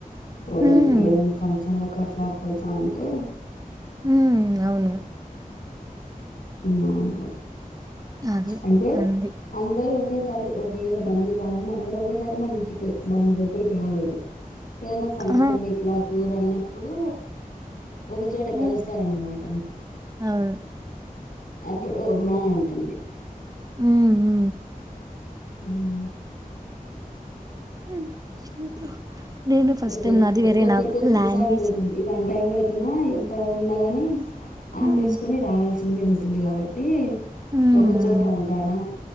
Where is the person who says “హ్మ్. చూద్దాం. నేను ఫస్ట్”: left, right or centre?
Right